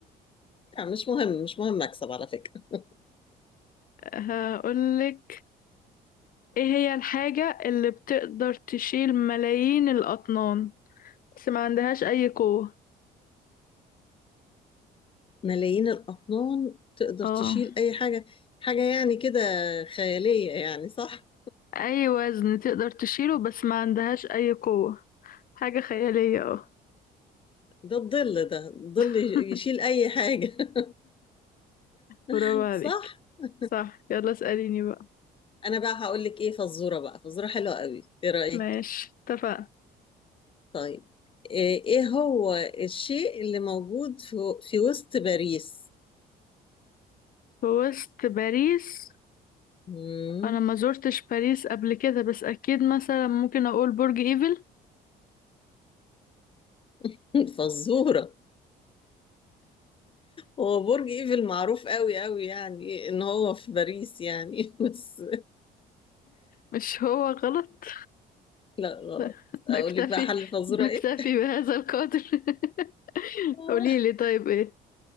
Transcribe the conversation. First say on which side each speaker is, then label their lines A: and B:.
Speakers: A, on the left (about 30°); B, on the left (about 55°).
A: آه، مش مهم مش مهم اكسب على فكرة <laughs>
B: هقولك ايه هي الحاجة اللي بتقدر تشيل ملايين الأطنان بس ما عندهاش أي قوة
A: ملايين الأطنان تقدر
B: اه
A: تشيل أي حاجة حاجة يعني كده خيالية يعني صح
B: أي وزن تقدر تشيله بس ما عندهاش أي قوة حاجة خيالية اه
A: ده الظل ده الظل
B: <laughs>
A: يشيل أي حاجة
B: برافو
A: <laughs>
B: عليك
A: صح <laughs>
B: صح يلا اسأليني بقى
A: انا بقى هقول لك ايه فزوره بقى فزوره حلوه قوي ايه رايك
B: ماشي اتفقنا
A: طيب ايه إيه هو الشيء اللي موجود في في وسط باريس
B: في وسط باريس
A: مم.
B: انا ما زرتش باريس قبل كده بس اكيد مثلا ممكن اقول برج ايفل
A: <laughs> فزوره هو برج ايفل معروف قوي قوي يعني ان هو في باريس يعني <laughs> بس
B: مش هو غلط
A: لا غلط
B: <laughs>
A: اقول
B: نكتفي
A: لك بقى حل الفزوره
B: نكتفي
A: ايه
B: بهذا القدر <laughs>
A: <laughs>
B: قولي لي طيب ايه